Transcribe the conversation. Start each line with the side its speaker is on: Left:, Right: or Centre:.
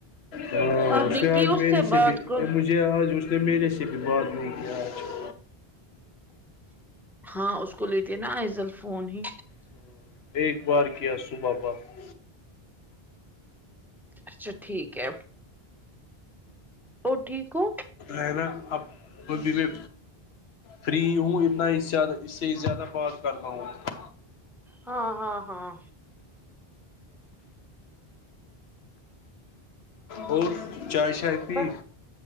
Left: ہ
Centre: آپ
Left: اس نے آج
Centre: کی
Left: میرے سے
Centre: بات
Left: بھی
Centre: کو
Left: مجھے آج تو میل سے بھی بات ل کہ آج
Centre: ہاں اس کو لیتے نا ایزل فون ہی
Left: <unintelligible> ایک بار کیا صبح وقت
Centre: اچھا ٹھیک ہے اور ٹھیک ہو
Left: ہے نا اب بھی میں فری ہوں اتنا اسی زیادہ اس سے زیادہ بات کر پیونگا
Centre: ہاں ہاں ہاں
Left: اور چائے شائے پی
Centre: بس